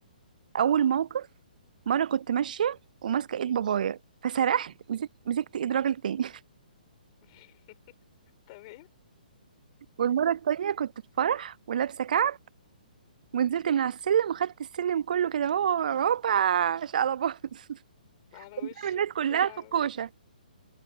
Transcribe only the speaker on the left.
<laughs> تمام
على
وشك
يا لهوي